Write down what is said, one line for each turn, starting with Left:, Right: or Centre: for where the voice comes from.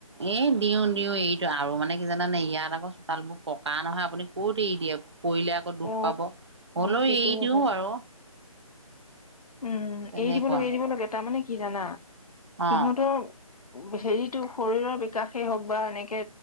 Right: এ দিও দিও এইটো আৰু মানে জানানে ইয়াত আকৌ চোতালবোৰ পকা নহয় আপুনি ক'ত এৰি দিয়ে পৰিলে আকৌ দুখ
Left: অ
Right: পাব। হ'লেও
Left: সেইটোও
Right: এৰি দিওঁ
Left: হয়
Right: আৰু।
Left: উম,
Right: তেনেকুৱা
Left: এৰি দিব লাগে এৰি দিব লাগে তাৰমানে কি জানা
Right: অ
Left: সিহঁতৰ হেৰিটো শৰীৰৰ বিকাশেই হওক বা এনেকে